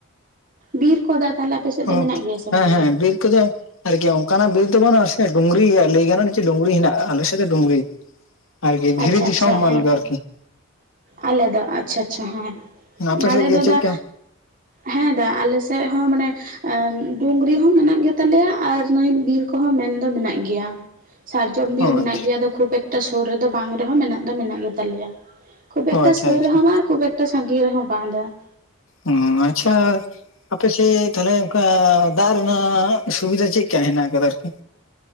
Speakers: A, on the right; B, on the left.
A: ᱵᱤᱨ ᱠᱚ ᱫᱟ ᱛᱟᱦᱚᱞᱮ ᱟᱯᱮ ᱥᱮᱫ ᱫᱚ
B: ᱚ
A: ᱢᱮᱱᱟᱜ ᱜᱮᱭᱟ ᱥᱮ
B: ᱦᱮᱸ
A: ᱵᱟᱝᱜᱮ,
B: ᱦᱮᱸ ᱵᱤᱨ ᱠᱚᱫᱚ ᱟᱨᱠᱤ ᱚᱱᱠᱟᱱᱟᱜ ᱵᱤᱨ ᱫᱚ ᱵᱟᱹᱱᱩᱜᱼᱟ ᱰᱩᱝᱨᱤ ᱞᱟᱹᱭ ᱜᱟᱱᱚᱜᱼᱟ ᱡᱮ ᱰᱩᱝᱨᱤ ᱦᱮᱱᱟᱜᱼᱟ ᱟᱞᱮ ᱥᱮᱫ ᱫᱚ ᱰᱩᱝᱨᱤ ᱾ ᱟᱨᱠᱤ ᱫᱷᱤᱨᱤ
A: ᱟᱪᱪᱷᱟ ᱟᱪᱪᱷᱟ
B: ᱟᱞᱮᱫᱚ
A: ᱦᱮᱸ ᱛᱚ
B: ᱟᱨᱠᱤ ᱾
A: ᱟᱞᱮ ᱫᱚ ᱟᱪᱪᱷᱟ ᱟᱪᱪᱷᱟ ᱦᱮᱸ
B: ᱟᱯᱮ
A: ᱟᱞᱮ
B: ᱥᱮᱫ ᱜᱮ
A: ᱫᱚ
B: ᱪᱮᱫᱠᱟ
A: ᱫᱟ ᱦᱮᱸ ᱫᱟ ᱟᱞᱮ ᱥᱮᱜ ᱦᱚᱸ ᱢᱟᱱᱮ ᱟᱸ ᱰᱩᱝᱨᱤ ᱦᱚᱸ ᱢᱮᱱᱟᱜ ᱜᱮᱛᱟᱞᱮᱭᱟ ᱟᱨ ᱱᱚᱭ ᱵᱤᱨ ᱠᱚᱸᱦᱚᱸ ᱢᱮᱱᱫᱚ ᱢᱮᱱᱟᱜ ᱜᱮᱭᱟ ᱾ ᱥᱟᱨᱡᱚᱢ ᱵᱤᱨ
B: ᱚ ᱚ
A: ᱢᱮᱱᱟᱜ ᱜᱮᱭᱟ ᱠᱷᱩᱵ ᱮᱠᱴᱟ ᱥᱩᱨ ᱨᱮᱫᱚ ᱵᱟᱝ ᱨᱮᱦᱚᱸ ᱢᱮᱱᱟᱜ ᱫᱚ ᱢᱮᱱᱟᱜ ᱜᱮᱛᱟᱞᱮᱭᱟ ᱾ ᱠᱷᱩᱵ ᱮᱠᱴᱟ
B: ᱟᱪᱪᱷᱟ
A: ᱥᱩᱨ
B: ᱟᱪᱪᱷᱟ
A: ᱨᱮᱦᱚᱸ ᱵᱟᱝ ᱠᱷᱩᱵ ᱮᱠᱴᱟ ᱥᱟᱸᱜᱤᱧ ᱨᱮᱦᱚᱸ ᱵᱟᱝ ᱫᱟ ᱾
B: ᱚᱸ ᱟᱪᱪᱷᱟ ᱟᱯᱮ ᱥᱮᱜ ᱛᱟᱦᱚᱞᱮ ᱚᱱᱠᱟ ᱫᱟᱜ ᱨᱮᱱᱟᱜ ᱥᱩᱵᱤᱫᱷᱟ ᱪᱮᱜ ᱠᱟ ᱦᱮᱱᱟᱜ ᱟᱠᱟᱫᱟ ᱟᱨᱠᱤ